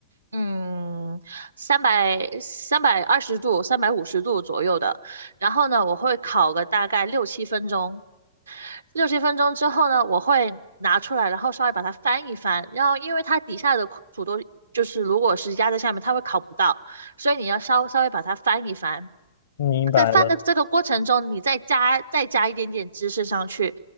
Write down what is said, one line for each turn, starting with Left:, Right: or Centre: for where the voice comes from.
Right: 嗯，三百三百二十度、三百五十度左右的。然后呢，我会烤个大概六七分钟。六七分钟之后呢，我会拿出来，然后稍微把它翻一翻，然后因为它底下的苦土豆就是如果是压在下面，它会烤不到，所以你要稍稍微把它翻一翻，
Left: 明白了。
Right: 在饭的这个过程中，你再加再加一点点芝士上去，